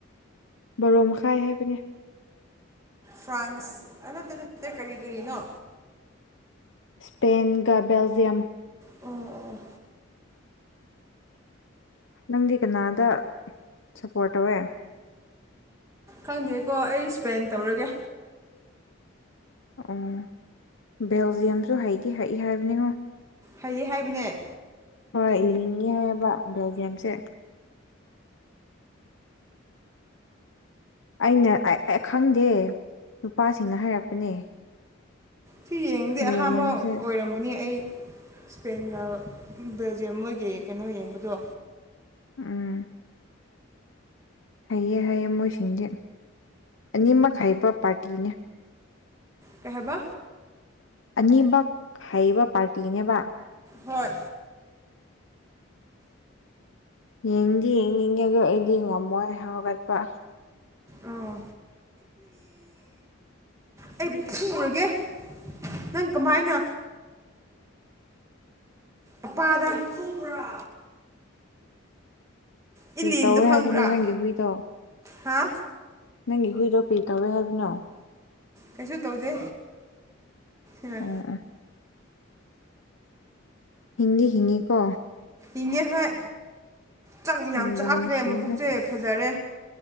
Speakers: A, on the left; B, on the right.
A: ꯕꯣꯔꯣ ꯃꯈꯥꯏ ꯍꯥꯏꯕꯅꯦ
B: ꯐ꯭ꯔꯥꯟꯁ ꯅꯠꯇ ꯅꯠꯇꯦ ꯀꯔꯤ ꯀꯔꯤꯅꯣ
A: ꯁ꯭ꯄꯦꯟꯒ ꯕꯦꯜꯖꯤꯌꯝ
B: ꯑꯣ ꯑꯣ
A: ꯅꯪꯗꯤ ꯀꯅꯥꯗ ꯁꯞꯄꯣꯔꯠ ꯇꯧꯋꯦ
B: ꯈꯪꯗꯦꯀꯣ ꯑꯩ ꯏꯁꯄꯦꯟ ꯇꯧꯔꯒꯦ
A: ꯑꯣ ꯕꯦꯜꯖꯤꯌꯝꯁꯨ ꯍꯩꯗꯤ ꯍꯩꯏ ꯍꯥꯏꯕꯅꯤꯉꯣ
B: ꯍꯩꯌꯦ ꯍꯥꯏꯕꯅꯦ
A: ꯍꯣꯏ ꯏꯜꯂꯤꯡꯉꯦ ꯍꯥꯏꯕ ꯕꯦꯜꯖꯤꯌꯝꯁꯦ ꯑꯩꯅ ꯈꯪꯗꯦ ꯅꯨꯄꯥꯁꯤꯡꯅ ꯍꯥꯏꯔꯛꯄꯅꯦ
B: ꯁꯤ ꯌꯦꯡꯉꯗꯦ
A: ꯕꯦꯜꯖꯤꯌꯝꯁꯦ
B: ꯑꯍꯥꯟꯕ ꯑꯣꯏꯔꯝꯒꯅꯤ ꯑꯩ ꯁ꯭ꯄꯦꯟꯒ ꯕꯦꯜꯖꯤꯌꯝ ꯃꯣꯏꯒꯤ ꯀꯩꯅꯣ ꯌꯦꯡꯕꯗꯣ
A: ꯑꯝ ꯍꯥꯏꯩꯑꯦ ꯍꯥꯏꯩꯌꯦꯦ ꯃꯣꯏꯁꯤꯡꯁꯦ ꯑꯅꯤꯃꯛ ꯍꯥꯏꯕ ꯄꯥꯔꯇꯤꯅꯦ
B: ꯀꯍꯕ
A: ꯑꯅꯤꯃꯛ ꯍꯩꯕ ꯄꯥꯔꯇꯤꯅꯦꯕ
B: ꯍꯣꯏ
A: ꯌꯦꯡꯗꯤ ꯌꯦꯡꯅꯤꯡꯉꯦꯗ ꯑꯩꯗꯤ ꯉꯝꯃꯣꯏ ꯍꯧꯒꯠꯄ
B: ꯑꯥ ꯑꯩ ꯁꯨꯔꯒꯦ ꯅꯪ ꯀꯃꯥꯏꯅ ꯑꯄꯥꯗ ꯍꯨꯕ꯭ꯔꯥ ꯏꯜꯂꯤꯟꯗꯣ
A: ꯀꯔꯤ ꯇꯧꯋꯦ
B: ꯈꯪꯕ꯭ꯔꯥ
A: ꯍꯥꯏꯕꯅꯣ ꯅꯪꯒꯤ ꯍꯨꯏꯗꯣ
B: ꯍꯥ
A: ꯅꯪꯒꯤ ꯍꯨꯏꯗꯣ ꯀꯩ ꯇꯧꯏꯦ ꯍꯥꯏꯕꯅꯣ
B: ꯀꯩꯁꯨ ꯇꯧꯗꯦ ꯑꯦ
A: ꯑꯣ ꯍꯤꯡꯗꯤ ꯍꯤꯡꯉꯤꯀꯣ
B: ꯏꯡꯉꯦ ꯍꯣꯏ ꯆꯥꯛ
A: ꯅꯨꯡꯕꯨ
B: ꯌꯥꯝ ꯆꯥꯈ꯭ꯔꯦ
A: ꯅꯨꯡꯁꯤꯌꯦꯗ
B: ꯃꯕꯨꯛꯁꯦ ꯐꯖꯔꯦ